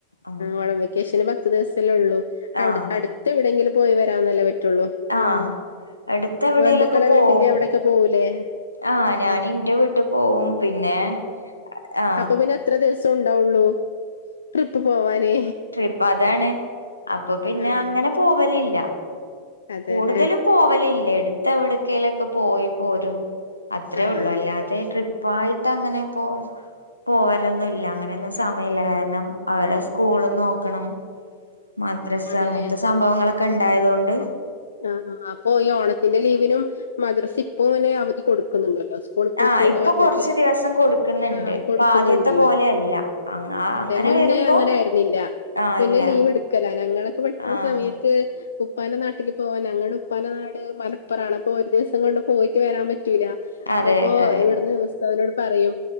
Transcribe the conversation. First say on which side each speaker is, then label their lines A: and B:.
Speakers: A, on the left (about 85°); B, on the left (about 70°).
A: ഉം
B: ആഹ് വെക്കേഷന് പത്ത് ദിവസല്ലേള്ളു. അട്ത്ത്
A: ആഹ്
B: എവിടെങ്കിലും പോയി വരാനല്ലെ പറ്റുള്ളൂ.
A: ആ
B: ഉം
A: എടുത്തെവിടെലൊക്കെ
B: ബന്ധുക്കളെ
A: പോവും
B: വീട്ടില് അവിടൊക്കെ പോവൂലേ
A: ആ
B: ആഹ്
A: ഞാനിന്റെ വീട്ടി പോവും പിന്നെ ആ
B: അപ്പ പിന്നെത്ര ദിവസം ണ്ടാവുള്ളു ട്രിപ്പ് പോവാനേ
A: ട്രിപ്പതാണ് അപ്പൊ പിന്നെ
B: ആഹ്
A: അങ്ങനെ പോവലില്ല
B: അതെല്ലേ
A: കൂടുതലും പോവലില്ലേടുത്തവിടക്കയിലൊക്കെ പോയി പോരും അത്രേ
B: ആഹ്
A: ഉള്ളു അല്ലാതെ ട്രിപ്പായിട്ട് അങ്ങനെ പോ പോവലൊന്നുല്ല അങ്ങനൊന്നും സമയില്ല കാരണം അവരെ സ്കൂള് നോക്കണം മദ്രസങ്ങനത്തെ
B: ആണ്ല്ലേ
A: സംഭവങ്ങളൊക്കെ ണ്ടായതുകൊണ്ട്
B: ആഹ് ആഹ് അപ്പൊ ഈ ഓണത്തിന്റെ ലീവിനും മദ്രസ്പ്പങ്ങനെ അവധി കൊടുക്കുന്നുണ്ടല്ലോ ൾ പൂട്ടിന്ന്
A: ആഹ് ഇപ്പൊ
B: പറഞ്ഞിട്ട്
A: കൊറച്ച് ദിവസം കൊടുക്കുന്നുണ്ട്
B: ആ
A: ഇപ്പൊ
B: കൊടുക്കുന്നുണ്ടല്ലോ
A: ആദ്യത്തെ പോലെയല്ല അങ്ങ
B: അതെ
A: അങ്ങനെ
B: മുന്നേ
A: വരുമ്പോ
B: അങ്ങനെയിരുന്നില്ല
A: ആഹ്
B: മുന്നേ
A: ഇല്ല
B: ലീവെടുക്കല ഞങ്ങളൊക്കെ പഠിക്കുന്ന
A: ആഹ്
B: സമയത്ത് ക്ക് ഉപ്പാൻ്റെ നാട്ടില് പോവാൻ നങ്ങടെ ഉപ്പാൻ്റെ നാട് മലപ്പറാണ് അപ്പോ ഒരു ദിവസ കൊണ്ട് പോയിട്ട് വരാൻ പറ്റൂല
A: അതെ
B: അപ്പൊ
A: അതെ
B: ഇവിടുന്ന് ഉസ്താദിനോട് പറയും